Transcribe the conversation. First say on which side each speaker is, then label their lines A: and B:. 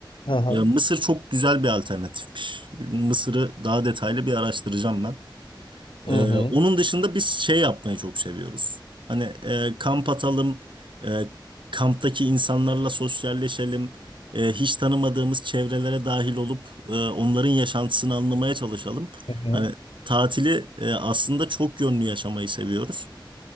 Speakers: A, on the left; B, on the right.
A: Hı hı.
B: Ya Mısır çok güzel bir alternatifmiş. Mısır'ı daha detaylı bir araştıracağım ben. Ee,
A: Hı hı.
B: onun dışında biz şey yapmayı çok seviyoruz. Hani e, kamp atalım, e, kamptaki insanlarla sosyalleşelim, e, hiç tanımadığımız çevrelere dahil olup e, onların yaşantısını anlamaya çalışalım.
A: Hı hı.
B: Hani tatili e, aslında çok yönlü yaşamayı seviyoruz.